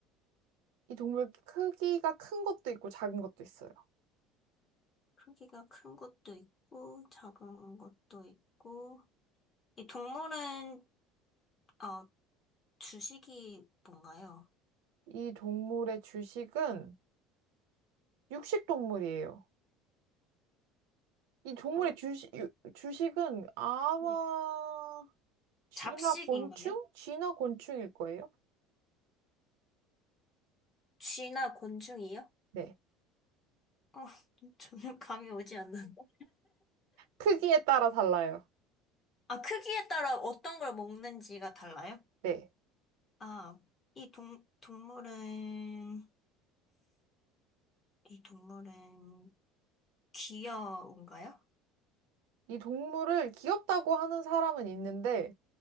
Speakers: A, on the right; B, on the left.
A: <laughs> 이 동물 크기가 큰 것도 있고 작은 것도 있어요.
B: 크기가 큰 것도 있고, 작은 것도 있고, 이 동물은, 어, 주식이 뭔가요?
A: 이 동물의 주식은 육식 동물이에요. 이 동물의
B: 어,
A: 주식, 유- 주식은 아마
B: 네.
A: 쥐나
B: 잡식인가요?
A: 곤충? 쥐나 곤충일 거예요.
B: 쥐나 곤충이요?
A: 네.
B: 어, <laughs> 전혀 감이 오지 않는다.
A: 크기에 따라 달라요.
B: 아, 크기에 따라 어떤 걸 먹는지가 달라요?
A: 네.
B: 아, 이 동, 동물은, 이 동물은 귀여운가요?
A: 이 동물을 귀엽다고 하는 사람은 있는데,